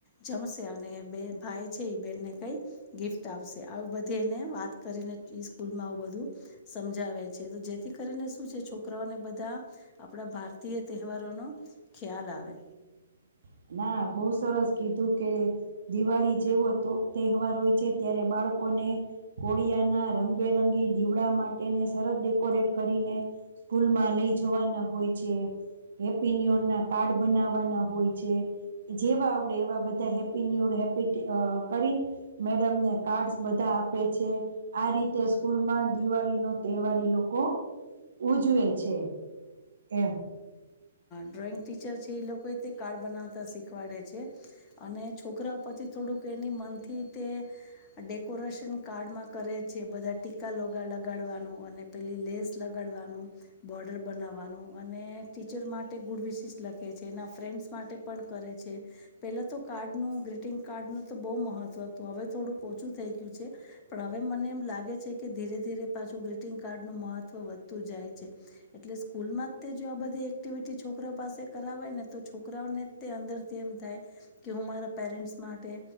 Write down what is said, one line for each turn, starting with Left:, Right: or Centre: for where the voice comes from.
Left: જમશે અને બે ભાઈ બેનને કઈ ગિફ્ટ આપશે બધેને વાત કરીને સ્કૂલમાં આવું બધું સમજાવે છે તો જેથી કરીને શું છે છોકરાઓને બધા આપણા ભારતીય તહેવારોનો ખ્યાલ આવે
Right: <inaudible> ના બહ સરસ કીધું કે દિવાળી જેવો તહેવાર હોય છે ત્યારે બા બાળકોને કોળિયાના રંગબેરંગી દીવડા માટેને સરત ડેકોરેટ કરીને સ્કૂલ માં લઈ જવાના હોય છે હેપ્પી નુંયર ના કાર્ડ બનાવવાના હોય છે જેવા આવડે એવા બધા હેપ્પય ન્યુ યેર હૉપ્ય ટી કરી મેડમને કાર્ડ્સ બધા આપે છે આ રીતે સ્કૂલમાં દિવાળી નો તહેવાર ઈ લોકો ઉજવે છે એમ
Left: ડ્રોઈંગ ટીચર છે એ લોકો તે કાર્ડ બનાવતા શીખવાડે છે અને છોકરા પછી થોડુંક એ મનથી તે ડેકોરેશન કાર્ડમાં કરે છે બધા ટીકા લગાડવાનું અને પે લેસ લગાડવાનું બોર્ડર બનાવાનું ટીચર માટે ગુડ વિશસ લખે છે એના ફ્રેન્ડસ માટે પણ કરે છે પેલા તો કાર પહેલા ગ્રીટિંગ નો તો બો મહત્વ હતુ હવે થીણું ઓછું થય ગયું છે પણ હવે મને એમ લાગે ધીરે ધીરે પાછું ગ્રીટંગ કાર્ડ નું મહત્વ વધતું જાય છે એટલે સ્કૂલમાં જો આ બધી એક્ટિવિટી છોકરા પાસે કરે ને તો છોકરાઓને અંદર થી એમ થાય મારાં પેરેન્ટ માટે